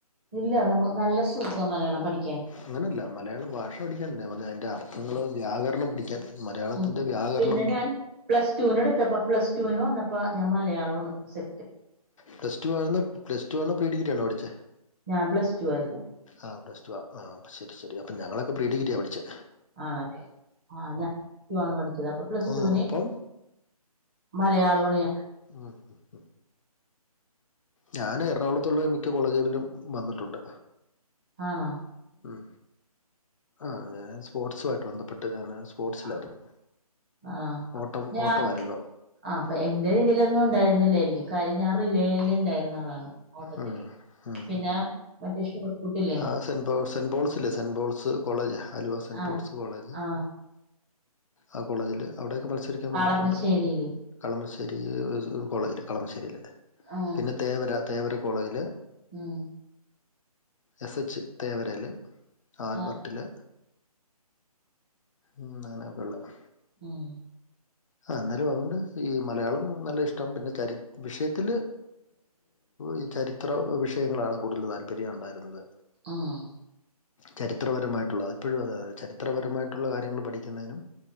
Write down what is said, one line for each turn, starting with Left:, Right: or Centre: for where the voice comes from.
Right: ഇല്ല, നമ്മ നല്ല സുഖാ മലയാളം പഠി
Left: അങ്ങനെയല്ല, മലയാളം ഭാഷ പഠിക്കാനല്ല പറഞ്ഞ അതിൻ്റെ അർത്ഥങ്ങള് വ്യാകരണം പടിക്കാൻ മലയാളത്തിൻ്റെ
Right: ഉം
Left: വ്യാകരണം
Right: പിന്നെ ഞാൻ പ്ലസ് ടുവിന് എടുത്തപ്പ പ്ലസ് ടുവിന് വന്നപ്പോ ഞാൻ മലയാളാണ് സെ
Left: പ്ലസ്ടൂ അർന്നോ പ്ലസ്ടൂ ആണോ പ്രീ ഡിഗ്രി ആണോ പഠിച്ചേ?
Right: ഞാൻ പ്ലസ്ടൂ ആയിരുന്നു.
Left: ആ പ്ലസ്ടൂ ആ ആ അപ്പൊ ശരി ശരി ഞങ്ങളൊക്കെ പ്രീഡിഗ്രിയാ പഠിച്ചേ.
Right: ആണല്ലെ ആ ഞാൻ ടൂ ആണ് പഠിച്ചേത് അപ്പൊ പ്ലസ്ടുവിന്
Left: ഓ അപ്പം
Right: മലയാളോണ് ഞാൻ
Left: ആഹ്‌. ഞാന് എറണാകുളത്തുള്ള മിക്ക കോളേജുകളിലും വന്നിട്ടുണ്ട്.
Right: ആണൊ?
Left: മ്മ് ആ ഞാൻ സ്പോർട്സുമായിട്ട് ബന്ധപ്പെട്ട് ഞാന് സ്പോർട്സിലായിരുന്നു,
Right: ആ ആ
Left: ഓട്ടം
Right: ഞാൻ
Left: ഓട്ടവാരുന്നു.
Right: ആ അപ്പ എന്റെ ഇതിലൊന്നും ഉണ്ടായിരുന്നില്ലായിരിക്കും കാര്യം ഞാൻ റിലേ യിലുണ്ടായിര്ന്ന ആളാണ് ഓട്ടത്തില്
Left: ഉം, ഉം.
Right: പിന്നെ മറ്റേ ഷോർട്ട്പുട്ടില്
Left: ആ സെൻബോൾസ് സെൻ ബോൾസില്ലേ, സെൻബോൾസ് കോളേജ് ആലുവ സെൻബോൾസ്
Right: ആ
Left: കോളേജ്.
Right: ആ
Left: ആ കോളേജില് അവിടൊക്കെ മത്സരിക്കാൻ
Right: പാളമശ്ശേരിയില്
Left: വന്നിട്ടുണ്ട്. കളമശ്ശേരി ഒര് കോളേജില്ലെ? കളമശ്ശേരിയില്.
Right: ആഹ്‌.
Left: പിന്നെ തേവര തേവര കോളേജില്
Right: ഹമ്.
Left: എസ്. എച്ച് തേവരേല് ആർബർട്ടില്
Right: ആഹ്
Left: ഉം അങ്ങാനൊക്കള്ളത്
Right: ഹമ്.
Left: ആ ന്നാലും അതുകൊണ്ട് ഈ മലയാളം നല്ല ഇഷ്ടം പിന്നെ ചരി വിഷയത്തില് ഈ ചരിത്ര വിഷയങ്ങളാണ് കൂടുതൽ താല്പര്യം ഉണ്ടായിരുന്നത്.
Right: ആഹ്‌.
Left: ചരിത്രപരമായിട്ടുള്ള അതിപ്പോഴും അതെ ചരിത്രപരമായിട്ടുള്ള കാര്യങ്ങൾ പഠിക്കുന്നതിനും